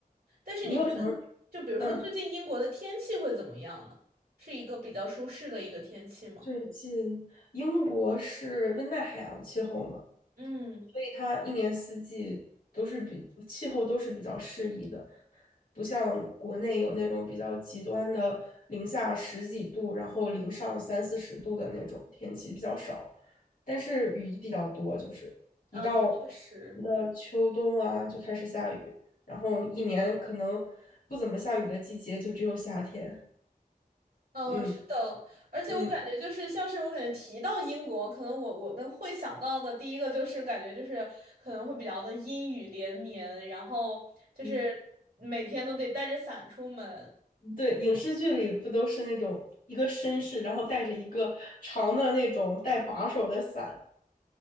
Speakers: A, on the right (about 90°); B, on the left (about 70°).
A: 但是你觉得，
B: 你有什么？
A: 就比如说最近英国的天气会怎么样呢？
B: 嗯，
A: 是一个比较舒适的一个天气吗？
B: 最近英国是温带海洋气候吗？
A: 嗯
B: 所以它一年四季都是比气候都是比较适宜的，不像国内有那种比较极端的零下十几度，然后零上三四十度的那种天气比较少，但是雨比较多，就是一到
A: 嗯，确实，
B: 一到秋冬啊就开始下雨，然后一年可能不怎么下雨的季节就只有夏天，
A: 嗯，
B: 嗯
A: 是的，而且我感觉就是像是我感觉提到英国，
B: 嗯。
A: 可能我我能会想到的第一个就是感觉就是可能会比较的阴雨连绵，然后就是每天都得带着伞出门，
B: 嗯对，影视剧里不都是那种一个绅士，然后带着一个长的那种带把手的伞，